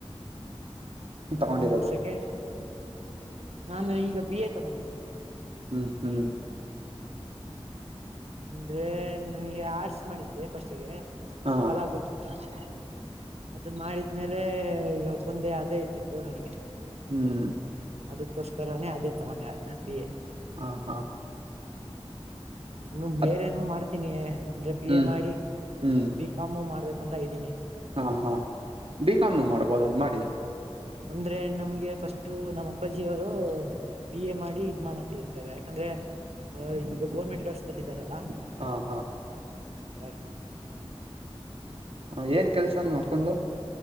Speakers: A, on the right; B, on the right.
A: ಹ್ಮ್
B: ತಗೊಂಡಿರೋದು
A: ಸೆಕೆಂಡ್ ನಾನು ಈಗ ಬಿ ಎ ತಗೊಂಡಿದ್ದೀನಿ.
B: ಹ್ಮ್ ಹ್ಮ್.
A: ಅಂದ್ರೆ ನನಗೆ ಆರ್ಟ್ಸ್ ಮಾಡಿದ್ದೆ ಫಸ್ಟ್ಗೆ
B: ಹಾ
A: <unintelligible> ಅದು ಮಾಡಿದ್ಮೇಲೆ ಇವಾಗ ಬಂದೆ ಅದೇ ಇದ್ದಿದು ನನಗೆ.
B: ಹ್ಮ್.
A: ಅದಕ್ಕೋಸ್ಕರನೇ ಅದೇ ತಗೊಂಡೆ ಬಿ ಎ.
B: ಹಾ ಹಾ.
A: ಇನು
B: ಅದ್
A: ಬೇರೆೇನು ಮಾಡ್ತೀನಿ ಅಂದ್ರೆ ಬಿ
B: ಹ್ಮ್
A: ಎ ಮಾಡಿ
B: ಹ್ಮ್
A: ಬಿಕಾಮು ಮಾಡ್ಬೇಕಂತ ಇದ್ದೀನಿ.
B: ಹಾ ಹಾ ಬಿ ಕಾ ಮೂ ಮಾಡ್ಬೋದ ಅದು ಮಾಡಿ.
A: ಅಂದ್ರೆ ನಮ್ಗೆ ಫಸ್ಟ್ ನಮ್ಮ್ ಅಪ್ಪಾಜಿಯವರು. ಬಿ ಎ ಮಾಡಿ ಇದ್ ಮಾಡ ಅಂತ ಹೇಳ್ತಾರೆ ಯಾಕಂದ್ರೆ ಅವ್ರ್ ಈಗ ಗೋರ್ಮೆಂಟ್ ಕೆಲ್ಸದಲ್ಲಿ ಇದ್ದಾರಲ್ಲಾ.
B: ಹಾ ಹಾ
A: ಹಾಗೆ
B: ಹ ಏನ್ ಕೆಲ್ಸ ನೀವ್ ಅಪ್ಪಂದು?